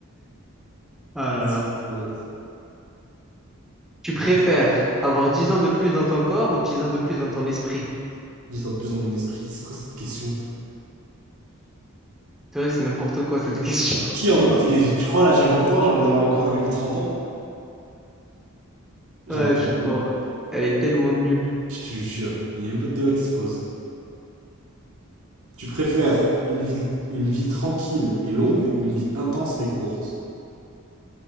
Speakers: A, in the centre; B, on the right.
A: Ah là
B: C'est
A: là.
B: un malade.
A: Tu préfères avoir dix ans de plus dans ton corps ou 10 ans de plus dans ton esprit?
B: Dis en plus dans mon esprit, c'est quoi cette question?
A: C'est vrai que c'est n'importe quoi cette question.
B: Qui a envie de...
A: <laughs>
B: Tu crois là, j'ai 20 ans, j'ai envie d'avoir le corps d'un mec de 30 ans? Jamais
A: Ah,
B: de
A: je suis
B: la
A: mort.
B: vie.
A: Elle est tellement nulle.
B: Je te jure. Il n'y a même pas de débat qui se pose. Tu préfères une vie, une vie tranquille et longue ou une vie intense mais courte?